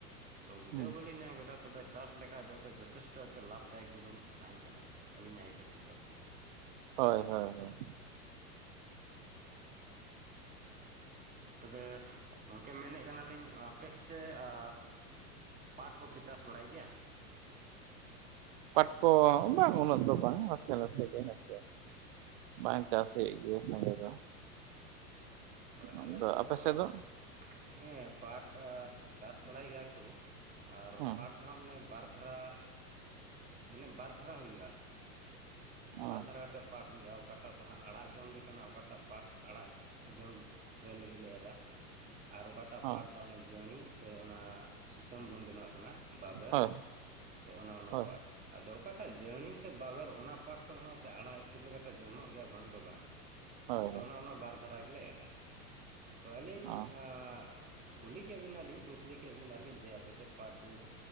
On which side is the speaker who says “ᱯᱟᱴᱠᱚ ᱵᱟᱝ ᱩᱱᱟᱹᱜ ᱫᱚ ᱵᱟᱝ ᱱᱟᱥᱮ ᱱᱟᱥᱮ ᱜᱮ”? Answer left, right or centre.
Right